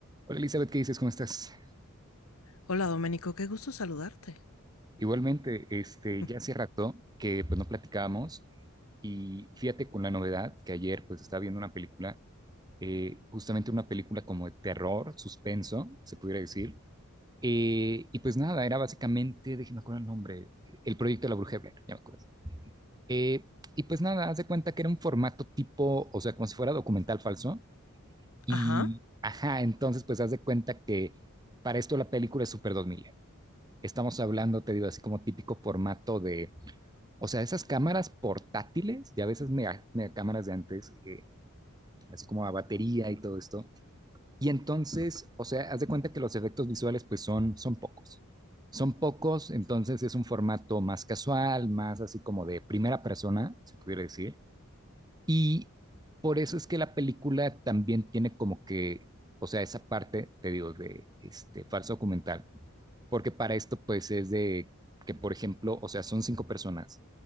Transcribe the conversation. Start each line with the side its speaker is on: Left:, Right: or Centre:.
Right: Hola Elizabeth, ¿qué dices? ¿Cómo estás?
Left: Hola Doménico, qué gusto saludarte.
Right: Igualmente, este,
Left: <laughs>
Right: ya hace rato que pues no platicábamos y fíjate con la novedad que ayer pues estaba viendo una película, eh, justamente una película como de terror, suspenso, se pudiera decir, eh, y pues nada, era básicamente, déjeme acordar el nombre, El Proyecto de la Bruja de Blair, ya me acuerdo. Eh, y pues nada, haz de cuenta que era un formato tipo, o sea, como si fuera documental falso y,
Left: Ajá.
Right: ajá, entonces pues haz de cuenta que para esto la película es súper 2000 estamos hablando, te digo, así como típico formato de, o sea, esas cámaras portátiles, y a veces mega, mega cámaras de antes, eh, así como a batería y todo esto. Y entonces, o sea, haz de cuenta que los efectos visuales pues son, son pocos. Son pocos, entonces es un formato más casual, más así como de primera persona, se pudiera decir. Y por eso es que la película también tiene como que, o sea, esa parte, te digo, de este falso documental, porque para esto pues es de que, por ejemplo, o sea, son cinco personas